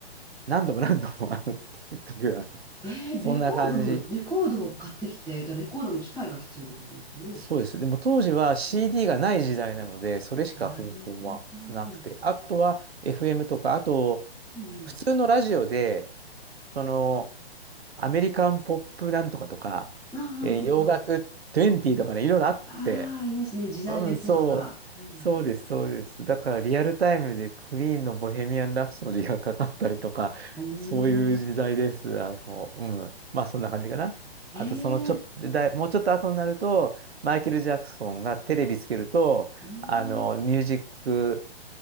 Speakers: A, on the right; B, in the centre.
A: 何度も何度もあの聞くっていう、あの、
B: ええ、
A: そんな感じ
B: レコードの、レコードを買ってきて、じゃあレコードの機械が必要ってことですよね。
A: そうです。でも当時は CD がない時代なので、それしか方法はなくて、
B: なるほど。
A: あとは FM とか、あと
B: うん。
A: 普通のラジオで、そのアメリカンポップなんとかとか、
B: ああ、
A: えー洋楽20とかね、いろいろあって、
B: ああ、ああ、ありますね。時代別とか。
A: うん、そう、
B: うん。
A: そうです、そうです。だからリアルタイムでクイーンのボヘミアン・ラプソディがかかったりとか、
B: おお
A: そういう時代です。あの、うん。まあそんな感じかな。
B: ええ、
A: あとそのちょっと、だいもうちょっと後になると、マイケル・ジャクソンがテレビつけると、
B: うん。
A: あの、ミュージック